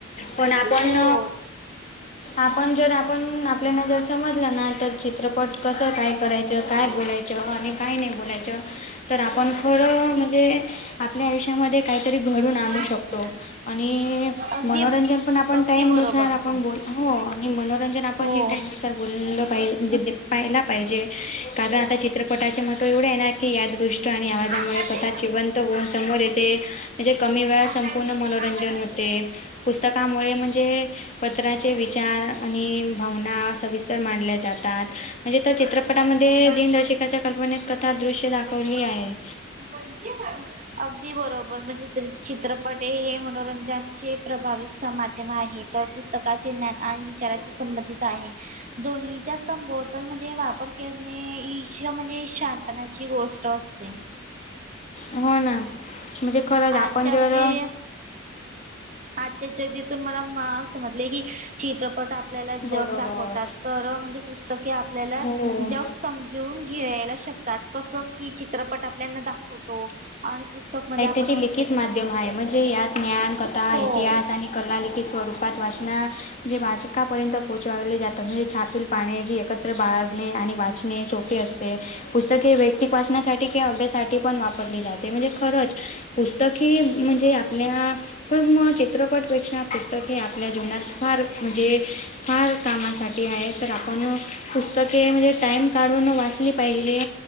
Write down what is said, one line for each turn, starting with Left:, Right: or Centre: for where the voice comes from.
Left: पण आपण
Right: हो.
Left: आपण जर आपण आपल्याना जर समजलं ना तर चित्रपट कस काय करायचं? काय बोलायचं? आणि काय नाही बोलायचं? तर आपण खरं म्हणजे आपल्या आयुष्यामध्ये काहीतरी घडून
Right: मस्त
Left: आणू
Right: वाटतंय
Left: शकतो.
Right: ना?
Left: आणि
Right: अगदी
Left: मनोरंजन पण आपण
Right: अगदी
Left: टाईम
Right: बरोबर.
Left: नुसार आपण बोल हो आणि मनोरंजन आपण
Right: हो.
Left: हे टाइम नुसार बोल पाय म्हणजे <unintelligible> पहिला पाहीजे कारण आता चित्रपटाचे महत्व एवढ आहे ना की या दृश ट आणि आवाजामुळे
Right: आता
Left: कथा जिवंत होऊन समोर येते म्हणजे कमी वेळा
Right: आता
Left: संपूर्ण मनोरंजन होते. पुस्तकामुळे म्हणजे पत्रा चे विचार आणि भावना सविस्तर माडल्या जातात म्हणजे तर चित्रपटामध्ये
Right: काय
Left: दिनदर्शि काच्या कल्पनेत कथा दृश्य दाखवली आहे.
Right: तू पणजी <unintelligible> अगदी बरोबर म्हणजे चित्रपट हे मनोरंजनचे प्रभाविक माध्यम आहेत. तर पुस्तकाचे ज्ञान आणि विचाराचे संबंधित आहे. दोन्हीच्या संबोतल म्हणजे वापर करणे ईश म्हणजे शां पणाची गोष्ट असते.
Left: हो ना म्हणजे खरंच आपण
Right: आजच्या
Left: जर
Right: म्हणजे आजच्या चर्चेतून मला मा समजले की चित्रपट आप ल्याला जग
Left: बरोबर
Right: दाखवतात तर म्हणजे पुस्तके आपल्याला
Left: हो
Right: जग सम जून घ्यायला शकतात कस की चित्रपट आपल्याना दाखवतो आणि पुस्तकमध्ये आपण
Left: हिची लिखित माध्यम हाय म्हणजे यात ज्ञान, कथा,
Right: हो
Left: इतिहास, आणि कला लिखित स्वरूपात वाचना म्हणजे वाचकापर्यंत पोहचवली जातात म्हणजे छापिल पाण्याजी एकत्र बाळगणे आणि वाचणे सोपे असते पुस्तक हे वैयक्तिक वाचनासाठी ते अभ्यासाठी पण वापरली जाते म्हणजे खरंच पुस्तक हे म्हणजे आपल्या पण मग चित्रपटपेक्षा पुस्तक हे आपल्या जीवनात फार म्हणजे फार कामासाठी ते आहे तर आपण पुस्तके म्हणजे टाइम काढून वाचली पाहिजे